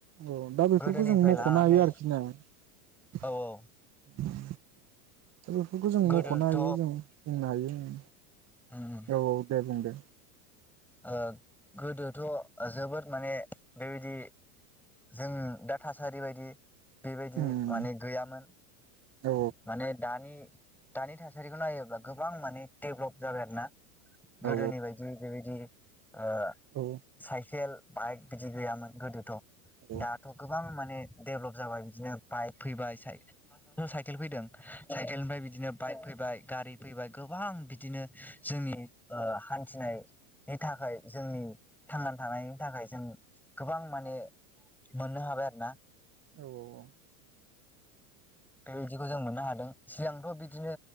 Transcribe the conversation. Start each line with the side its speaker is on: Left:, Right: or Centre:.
Right: औ दा बेफोरखौ
Centre: गोदोनिफ्राय
Right: जों मख'नो
Centre: लानानै
Right: हायो आरोखि ना ओम
Centre: औ औ
Right: दा बेफोरखौ जों
Centre: गोदोथ'
Right: मख'नो हायो जों बुंनो हायो। ओम
Centre: उम
Right: औ औ दे बुंं दे। <inaudible>
Centre: ओ गोदोथ' ओ जोबोद माने बेबायदि जों दा थासारि बायदि बेबायदि
Right: उम
Centre: माने गैयामोन
Right: औ
Centre: माने दानि दानि थासारिखौ नायोब्ला गोबां माने डेभलब जाबाय आरो ना।
Right: औ
Centre: गोदोनि बायदि बेबायदि ओ
Right: औ
Centre: साइकेल बाइक बिदि गैयामोन गोदोथ'
Right: औ उम औ
Centre: दाथ' गोबां माने डेभलब जाबाय बिदिनो बाइक फैबाय साइ ओमहो साइकेल फैदों साइकेलनिफ्राय बिदिनो बाइक फैबाय गारि फैबाय गोबां बि दिनो जोंनि ओ हान्थिनाय नि थाखाय जोंनि थांनानै थानायनि थाखाय जों गोबां माने मोननो हाबाय आरो ना।
Right: औ औ औ
Centre: दा बिदि खौ जों मोननो हादों। सिगांथ' बिदिनो